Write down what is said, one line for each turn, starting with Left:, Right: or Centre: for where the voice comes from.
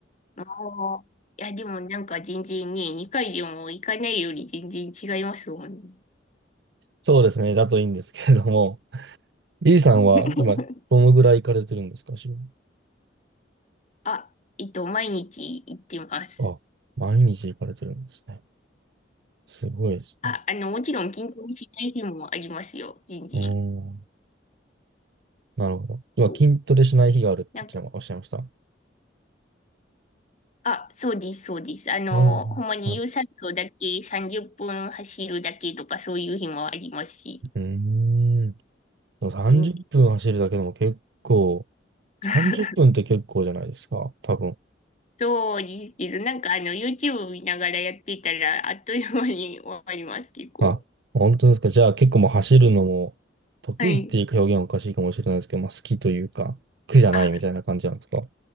Left: ああ。いや、でもなんか全然ね、2回でも行かないより全然違いますもんね。
Right: そうですね、だといいんですけれども、ゆいさんは今、
Left: <laughs>
Right: どのぐらい行かれてるんですか、週に
Left: あ、えっと、毎日行ってます。
Right: あ、毎日行かれてるんですね。すごいですね。
Left: あ、あの、もちろん筋トレしない日もありますよ、全然。
Right: うーん。なるほど。今、
Left: そう
Right: 筋トレしない日があるっておっしゃいまおっしゃいました。
Left: なんか、あ、そうです、そうです。あの、
Right: うん。
Left: ほんまに有酸素だけ30分走るだけとかそういう日もありますし。
Right: はい。うーん。でも30分走るだけでも結構、
Left: 全然
Right: 30分っぷんって結構じゃないですか。
Left: <laughs>
Right: 多分。
Left: そうですけど、なんかあの、YouTube 見ながらやってたら、あっという間に終わります、結構。
Right: まあ、本当ですか。じゃあ結構もう走るのも得意っていう表現はおかしいかもしれないですけど、
Left: はい。
Right: まあ好きというか、苦じゃないみたいな感じなんですか。
Left: あ
Right: う